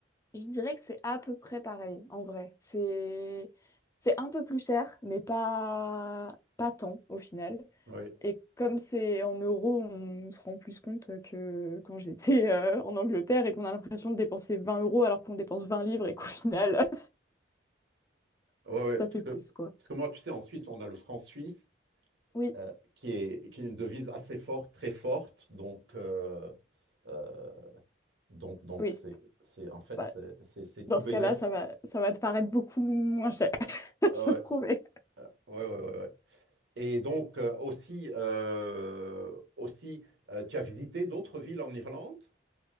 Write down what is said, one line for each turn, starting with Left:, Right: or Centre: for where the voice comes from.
Left: je dirais que c'est à peu près pareil en vrai. C'est c'est un peu plus cher, mais pas, pas tant au final.
Right: Oui,
Left: Et comme c'est en euros, on se rend plus compte que quand j'étais <laughs> euh, en Angleterre et qu'on a l'impression de dépenser 20 euros alors qu'on dépense 20 livres et qu'au final,
Right: ouais,
Left: <laughs>
Right: ouais,
Left: ça
Right: parce
Left: fait
Right: que,
Left: plus quoi.
Right: parce que moi, tu sais, en Suisse, on a le franc suisse.
Left: Oui,
Right: euh, qui est, qui est une devise assez forte, très forte. Donc, euh, euh, donc, donc
Left: oui.
Right: c'est, c'est, en fait,
Left: Bah,
Right: c'est c'est- c'est tout
Left: Dans
Right: bénef.
Left: ce cas-là, ça va, ça va te paraître beaucoup moins cher, <laughs> je
Right: Ah Ouais,
Left: promets.
Right: ouais, ouais, ouais, ouais. Et donc, euh, aussi, euh, aussi euh, tu as visité d'autres villes en Irlande?